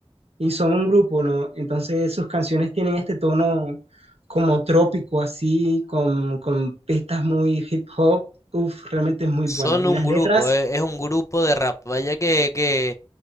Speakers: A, on the right; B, on the left.
A: Y son un grupo, ¿no? Entonces sus canciones tienen este tono como trópico, así, con, con pistas muy hip hop. Uf, realmente es muy
B: son
A: bueno. Y
B: un
A: las
B: grupo,
A: letras,
B: eh, es un grupo de rap. Vaya que, que